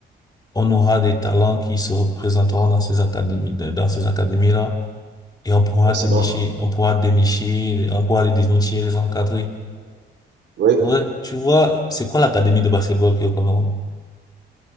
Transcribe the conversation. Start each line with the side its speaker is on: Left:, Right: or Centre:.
Left: on aura des talents qui se représenteront dans ces académies, dans ces académies-là, et on pourra
Right: Bon, c'est
Left: dénicher,
Right: bon.
Left: on pourra dénicher, on pourra les dénicher, les encadrer.
Right: Oui.
Left: Ouais, tu vois, c'est quoi l'académie de basketball qui est au Cameroun?